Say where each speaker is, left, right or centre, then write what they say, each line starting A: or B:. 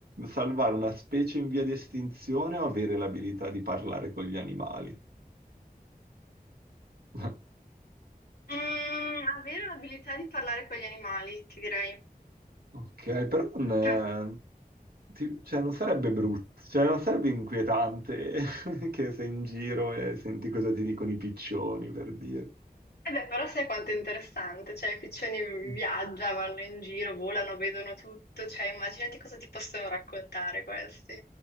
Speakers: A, on the right; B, on the left.
A: salvare una specie in via di estinzione o avere l'abilità di parlare con gli animali? <laughs>
B: Mm, avere l'abilità di parlare con gli animali, ti direi.
A: Ok, però non,
B: <laughs>
A: eh, ti- cioè, non sarebbe brutto, cioè non sarebbe inquietante <laughs> che sei in giro e senti cosa ti dicono i piccioni, per dire.
B: E beh, però sai quanto è interessante, cioè i piccioni
A: Eh,
B: viaggiano, vanno in giro, volano, vedono tutto, cioè immaginati cosa ti possono raccontare questi.